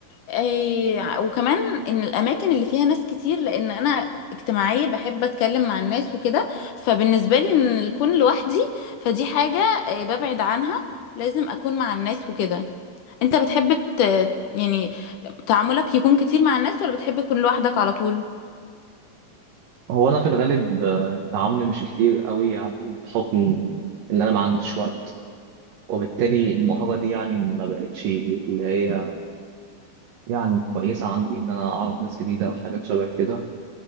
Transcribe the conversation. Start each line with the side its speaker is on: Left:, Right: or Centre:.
Left: إيه وكمان ان الاماكن اللي فيها ناس كتير لان انا اجتماعيه بحب اتكلم مع الناس وكده فبالنسبه لي ان الكون لوحدي فدي حاجه إيه ببعد عنها لازم اكون مع الناس وكده انت بتحب ت- يعني تعاملك يكون كتير مع الناس ولا بتحب تكون لوحدك على طول
Right: هو أنا في الغالب آه، تعاملي مش كتير قوي يعني بحكم إن أنا ما عنديش وقت وبالتالي المهارة دي يعني ما بقتش اللي هي يعني كويسة عندي إن أنا أعرف ناس جديدة وحاجات شبه كده